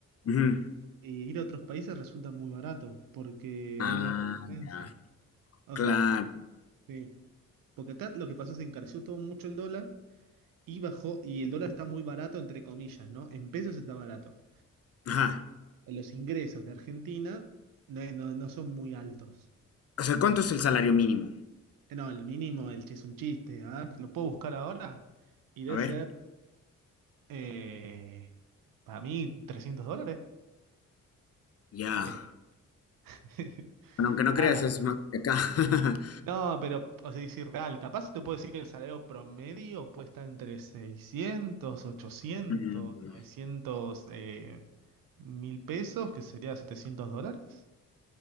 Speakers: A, on the left (about 45°); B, on the right (about 75°).
A: Ujú.
B: eh, ir a otros países resulta muy barato, porque
A: Ah,
B: hay una gran diferencia.
A: ya.
B: O
A: Claro.
B: sea, sí, porque acá lo que pasó es que se encareció todo mucho el dólar y bajó, y el dólar está muy barato, entre comillas, ¿no? En pesos está barato.
A: Ajá.
B: Los ingresos de Argentina no, no no son muy altos.
A: O sea, ¿cuánto es el salario mínimo?
B: No, el mínimo del chiste es un chiste. A ver, lo puedo buscar ahora y debe
A: A ver.
B: ser, eh, para mí, 300 dólares.
A: Ya.
B: Este, <laughs>
A: Bueno, aunque no creas,
B: nada.
A: es más que acá. <laughs>
B: No, pero, o sea, es irreal. Capaz te puedo decir que el salario promedio puede estar entre 600, ochocientos,
A: Mm,
B: 900 eh, mil pesos, que sería 700 dólares.